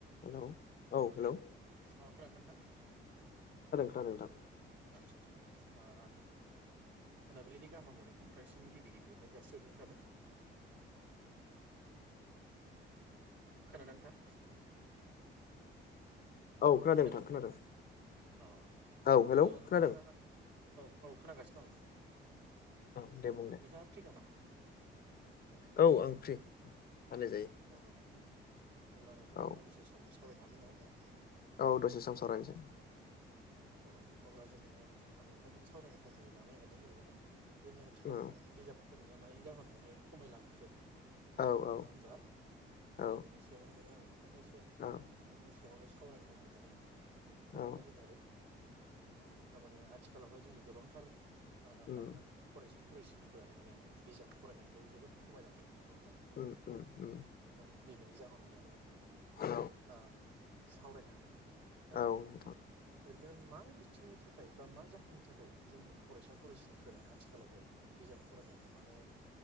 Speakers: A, on the left; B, on the right.
A: Hello औ hello
B: अ खोनादों ना नोंथां
A: दा नोंथां
B: आतसा आतसा आ मोनाबिलिनि गाहाम हामलायनायखौ नोंथांसिम गिबि-गिबियावहाय जासिहरोननाय थाबाय। खोनादोंना नोंथां
A: औ खोनादों
B: हेलौ
A: नोंथां खोनादों
B: अ
A: औ
B: थ
A: हेलौ
B: नोंथाङा
A: खोनादों
B: अ औ औ खोनागा सिनो
A: औ दे बुं दे
B: नोंथाङा फ्रिनामा <inaudible>
A: औ आं फ्रि रायलायजायो
B: अ के अब्ला नोंथांजों
A: औ
B: आं दान्दिसे सम सावरायनो हागोन नङा‌ होमबा
A: औ दसे सम सावरायनोसै
B: अ‌ औ अब्ला जोंङो आं नोंथांजों सावरायनो थाखाय लानाय आयदयानो जाहैबाय माने जोंङो आथिखालावहाय
A: औ
B: बिजाब फरायनाया मानि जाहोनावहाय खमायलांखो?
A: औ औ
B: नङा होमबा नैबेनि
A: औ
B: सायावहाय माने आं फंनैसो
A: औ
B: नोंथांनि सायावहाय सावरायनो होननानै माने कल
A: औ
B: खालामनाय जादों आरो औ थारमाने <unintelligible> आथिखालावहाय जोंनि गोबांथार
A: उम
B: लाइमोन फरायसा फरायसुलिफोरानो माने बिजाब फरायनायखौ जोबोद खम खमायलांबाय नङा होमबा
A: उम उम उ
B: औ नैबेनि जाहोनाव माने
A: औ
B: ओ सावरायनो आरो दा
A: ओ नोंथां।
B: ओरैनो मा बिथिंनि थाखाय बा मा जाहोननि थाखाय जोंनि फरायसा फरायसुलिफोरा आथिखालावहाय बिजाब फरायनायखौ माने